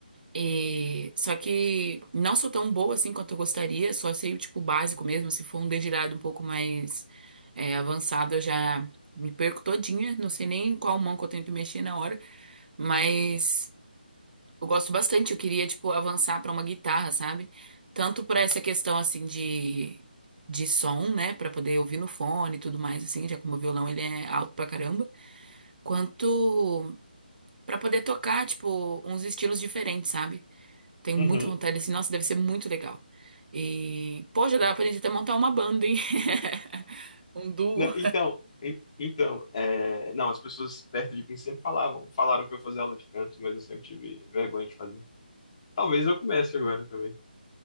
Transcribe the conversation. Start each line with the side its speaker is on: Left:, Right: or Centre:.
Right: E... Só que não sou tão boa, assim, quanto eu gostaria. Só sei, tipo, o básico mesmo. Se for um dedilhado um pouco mais é, avançado, eu já me perco todinha. Não sei nem em qual mão que eu tenho que mexer na hora. Mas... Eu gosto bastante, eu queria, tipo, avançar pra uma guitarra, sabe? Tanto por essa questão, assim, de, de som, né? Pra poder ouvir no fone e tudo mais, assim, já como o violão ele é alto pra caramba, quanto pra poder tocar, tipo, uns estilos diferentes, sabe? Tenho
Left: Uhum.
Right: muita vontade, assim, nossa, deve ser muito legal. E, pô, já dava pra gente até montar uma banda, hein? <laughs> Um duo.
Left: Não, então, en- então, é, não, as pessoas perto de mim sempre falavam, falaram pra eu fazer aula de canto, mas eu sempre tive vergonha de fazer. Talvez eu comece agora também.